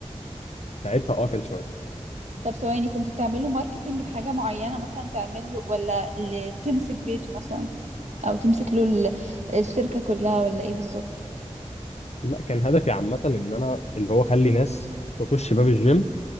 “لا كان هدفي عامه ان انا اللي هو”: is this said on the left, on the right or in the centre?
Left